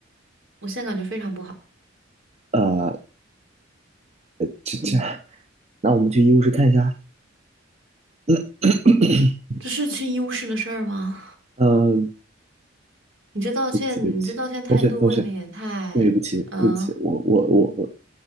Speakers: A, on the right (about 70°); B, on the right (about 35°).
A: 我现在感觉非常不好。
B: 呃，呃这这，
A: 嗯，
B: 那我们去医务室看一下。嗯，<coughs>
A: 这是去医务室的事儿吗？
B: <clears throat> 呃
A: 你这道歉，
B: 对不起，对不起，
A: 你这道歉态度未免也太……
B: 同学，同学，对不起，
A: 嗯、
B: 对不起，我我我我，